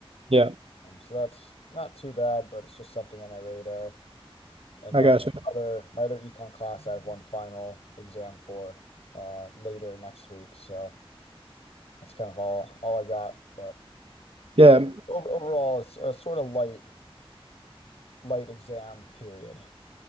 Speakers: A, on the right; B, on the left.
A: Yeah,
B: Um, so that's not too bad, but it's just something on my radar. And
A: I
B: then
A: gotcha.
B: other my other econ class, I have one final exam for uh, later next week. So that's kind of all all I got. But
A: Yeah,
B: it, o- overall, it's a sort of light light exam period.